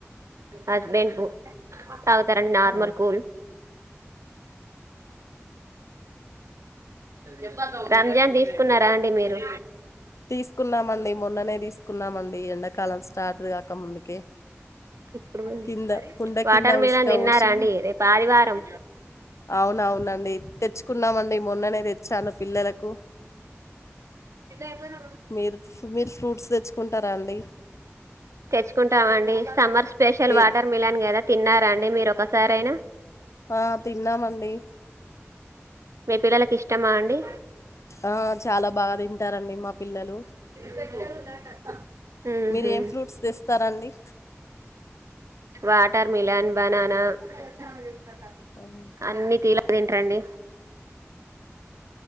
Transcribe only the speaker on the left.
అవు
తీసుకున్నామండి మొన్ననే తీసుకున్నామండి ఎండాకాలం స్టార్టుగా ముందుకే
కింద కుండ
కింద
ఉసుక
పోసి
అవును అవునండి తెచ్చుకున్నామండి మొన్ననే తెచ్చాను పిల్లలకు
మీరు మీరు ఫ్రూట్స్ తెచ్చుకుంటారా అండి
ఏ
ఆ తిన్నామండి
ఆ చాలా బాగా తింటారండి మా పిల్లలు
మీరు ఏం ఫ్రూట్స్ తెస్తారండి
ఆ.